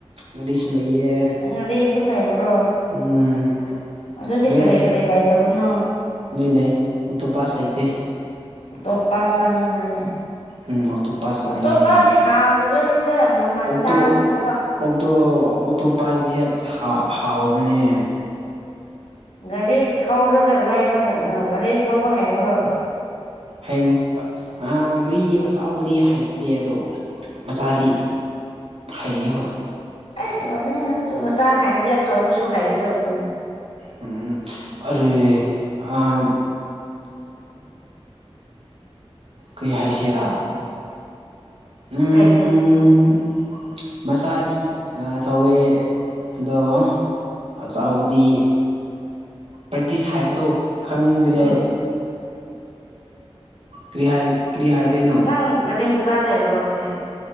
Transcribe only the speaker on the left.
ꯉꯥꯔꯤꯁꯨ ꯂꯩꯕ꯭ꯔꯣ
ꯑꯗꯨꯗꯤ
ꯀꯔꯤ
ꯀꯔꯤ ꯂꯩꯇꯕꯅꯣ꯫
ꯑꯣꯛꯇꯣꯄꯥꯁ ꯆꯥꯅꯤꯡꯕ꯭ꯔꯥꯅꯦ꯫
ꯑꯣꯛꯇꯣꯄꯥꯁꯖꯦ
ꯍꯥꯎꯇꯕꯅꯤꯗ ꯃꯃꯟ
ꯇꯥꯡꯕꯒ
ꯒꯥꯔꯤ ꯊꯧꯔꯒ ꯂꯩꯔꯣ ꯀꯩꯅꯣ ꯒꯥꯔꯤ ꯊꯧꯕ ꯍꯩꯕ꯭ꯔꯣ꯫
ꯑꯩꯁ ꯂꯣꯏꯔꯦꯍꯦ ꯅꯪꯁꯨ ꯃꯆꯥ ꯍꯥꯏꯔꯗꯤ ꯑꯆꯧꯕꯁꯨ ꯍꯩꯒꯗꯧꯕꯅꯤ꯫
ꯀꯩꯅꯣ
ꯎꯝ
ꯅꯪ ꯒꯥꯔꯤ ꯃꯆꯥ ꯂꯩꯕ꯭ꯔꯣ ꯍꯧꯖꯤꯛ꯫